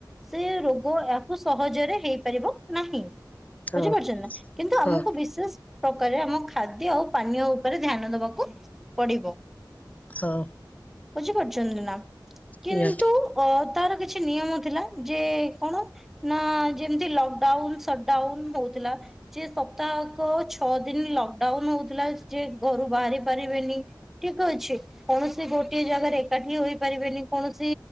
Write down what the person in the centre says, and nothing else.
ସେ ରୋଗ ଆକୁ ସହଜେରେ ହେଇପାରିବ ନାହିଁ।
ବୁଝିପାରୁଛନ୍ତି ନା କିନ୍ତୁ
ଆମୁକୁ ବିଶେଷ କରି ଆମ ଖାଦ୍ୟ ଆଉ ପାନୀୟ ଉପରେ ଧ୍ୟାନ ଦବାକୁ ପଡିବ।
ବୁଝିପାରୁଛନ୍ତି ନା କିନ୍ତୁ
ଓ ତାର କିଛି ନିୟମ ଥିଲା ଯେ କଣ ନା ଯେମତି ଲକଡାଉନ୍ ସଟଡାଉନ୍ ରହୁଥିଲା ଯେ ସପ୍ତାହକ ଛଅ ଦିନ ଲକଡାଉନ୍ ହଉ ମା ଯେ ଘରୁ ବାହାରି ପାରିବେନି ଠିକ୍ ଅଛି କୌଣସି ଗୋଟିଏ ଜାଗାରେ ଏକାଠି ହୋଇପାରିବେନି କୌଣସି